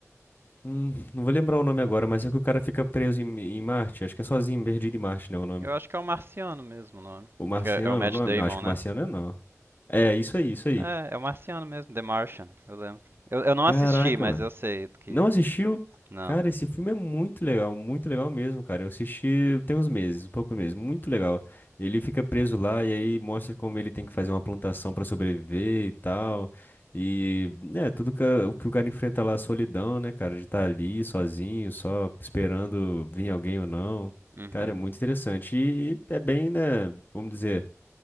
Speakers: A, on the left; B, on the right.
A: Hum, não vou lembrar o nome agora, mas é que o cara fica preso em, em Marte. Acho que é sozinho, perdido em Marte, né? O nome.
B: Eu acho que é o Marciano mesmo o nome.
A: O Marciano,
B: Que é, é o Matt
A: o nome?
B: Damon,
A: Não, acho que
B: né?
A: o Marciano é não. É, isso aí, isso aí.
B: É, é o Marciano mesmo, The Martian, eu lembro. Eu, eu não
A: Caraca,
B: assisti, mas
A: mano.
B: eu sei que.
A: Não assistiu?
B: Não.
A: Cara, esse filme é muito legal, muito legal mesmo, cara. Eu assisti tem uns meses, um pouco mesmo, muito legal. Ele fica preso lá e aí mostra como ele tem que fazer uma plantação pra sobreviver e tal. E, né, tudo que, a- o que o cara enfrenta lá, a solidão, né, cara, de estar ali sozinho, só esperando vir alguém ou não.
B: Uhum.
A: Cara, é muito interessante. E, e é bem, né, vamos dizer,